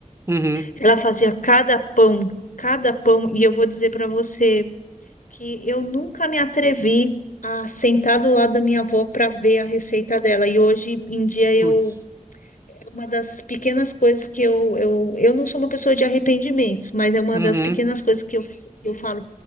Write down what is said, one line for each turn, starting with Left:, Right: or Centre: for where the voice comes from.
Right: Uhum.
Left: ela fazia cada pão, cada pão, e eu vou dizer para você que eu nunca me atrevi a sentar do lado da minha avó para ver a receita dela. E hoje em dia eu
Right: Putz.
Left: é uma das pequenas coisas que eu, eu, eu não sou uma pessoa de arrependimentos, mas é uma
Right: Uhum.
Left: das pequenas coisas que eu, eu falo.